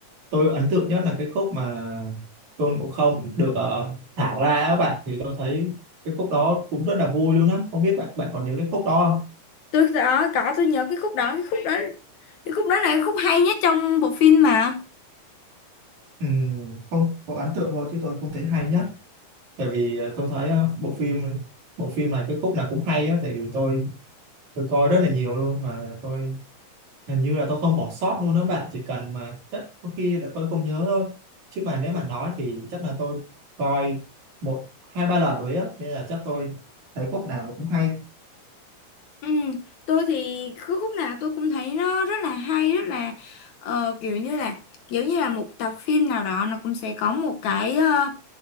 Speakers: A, on the right; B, on the left.
A: tôi ấn tượng nhất là cái khúc mà Tôn Ngộ Không được ờ, thả ra các bạn thì tôi thấy cái khúc đó cũng rất là vui luôn á không biết bạn bạn còn nhớ cái khúc đó không
B: tôi đó có tôi nhớ cái khúc đó cái khúc đó cái khúc đó là cái khúc hay nhất trong bộ phim mà
A: Ừm, không có ấn tượng thôi chứ tôi không thấy hay nhất tại vì ờ, tôi thấy ờ, bộ phim bộ phim này cái khúc nào cũng hay á tại vì tôi tôi coi rất là nhiều luôn mà tôi hình như là tôi không bỏ sót luôn đó bạn chỉ cần mà chắc có khi là tôi không nhớ thôi chứ mà nếu mà nói thì chắc là tôi coi một hai ba lần rồi á nên là chắc tôi thấy khúc nào nó cũng hay
B: ừ, tôi thì cứ khúc nào tôi cũng thấy nó rất là hay rất là ờ, kiểu như là giống như là một tập phim nào đó nó cũng sẽ có một cái ờ,